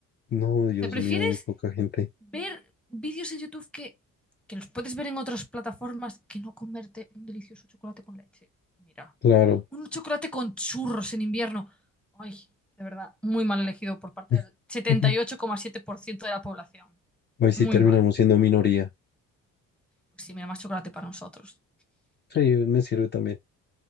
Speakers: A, on the left (about 35°); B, in the centre.
A: No,
B: O
A: Dios
B: sea, prefieres
A: mío, muy poca gente.
B: ver vídeos en YouTube que, que los puedes ver en otras plataformas que no comerte un delicioso chocolate con leche. Mira,
A: Claro.
B: un chocolate con churros en invierno. Ay, de verdad, muy mal elegido por parte
A: <laughs>
B: del setenta y ocho coma siete por ciento de la población.
A: Hoy sí
B: Muy
A: terminamos
B: mal.
A: siendo minoría.
B: Pues sí, mira, más chocolate para nosotros.
A: Sí, me sirve también.